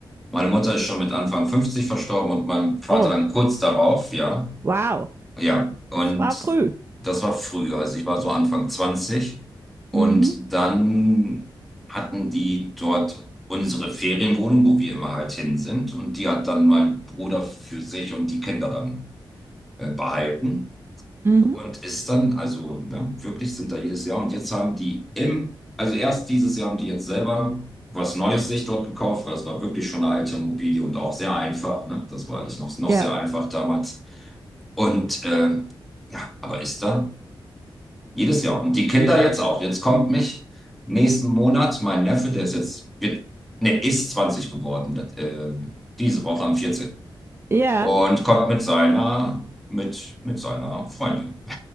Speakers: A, in the centre; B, on the right.
A: meine Mutter ist schon mit Anfang 50 verstorben und mein Vater
B: oh,
A: dann kurz darauf, ja.
B: wow,
A: Ja, und
B: das war früh.
A: das war früher. Also ich war so Anfang 20 und
B: Mhm.
A: dann hatten die dort unsere Ferienwohnung, wo wir immer halt hin sind. Und die hat dann mein Bruder für sich und die Kinder dann äh, behalten.
B: Mhm.
A: Und ist dann, also ne, wirklich sind da jedes Jahr. Und jetzt haben die im, also erst dieses Jahr haben die jetzt selber was Neues sich dort gekauft, weil es war wirklich schon eine alte Immobilie und auch sehr einfach. Ne? Das war alles noch, noch
B: Ja.
A: sehr einfach damals. Und äh, ja, aber ist da jedes Jahr. Und die Kinder jetzt auch. Jetzt kommt mich nächsten Monat mein Neffe, der ist jetzt, wird, ne, ist 20 geworden, äh, diese Woche am 14.
B: Ja,
A: Und kommt mit seiner, mit, mit seiner Freundin.